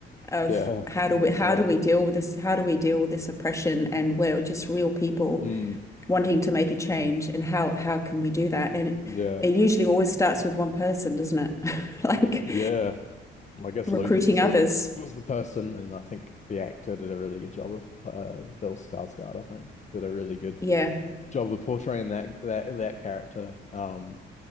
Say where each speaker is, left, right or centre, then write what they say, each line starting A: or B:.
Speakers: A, on the left; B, on the left.
A: of
B: yeah,
A: how
B: yeah,
A: do we
B: in
A: how
B: a way.
A: do we deal with this? How do we deal with this oppression? And we're just real people
B: Mm,
A: wanting to make a change and how how can we do that? And it,
B: yeah,
A: it usually always starts with one person, doesn't it? <laughs> Like
B: yeah. Well, I guess
A: recruiting
B: Luthen sort
A: others.
B: of was the person, and I think the actor did a really good job of uh, Bill Skarsgård, I think, did a really good
A: Yeah.
B: job of portraying that that that character. Um,